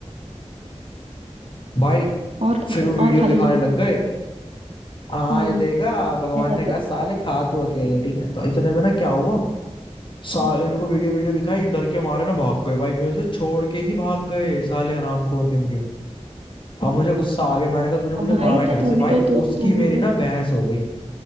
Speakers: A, on the left; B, on the right.
A: भाई
B: और खा
A: फिर
B: ले
A: वो वीडियो
B: और खा
A: दिखाने
B: ले जल्दी
A: लग
B: जल्दी
A: गए हाँ
B: हम्म
A: ये देखा भगवान
B: क्या कहते
A: ने कहा
B: हैं
A: साले खा तू अकेले ठीक है तो इतने में ना क्या हुआ सारे
B: हम्म,
A: इनको वीडियो वीडियो दिखाई डर के मारे ना भाग गए भाई मुझे छोड़ के ही भाग गए साले हरामखोर कहेंगे अब मुझे गुस्सा आ गया मैंने कहा तूने
B: और
A: मुझे
B: भाई
A: मारा कैसे
B: तो तू भी
A: भाई
B: तो तू
A: उसकी
B: तू भी
A: मेरी
B: तो
A: ना बहस हो गई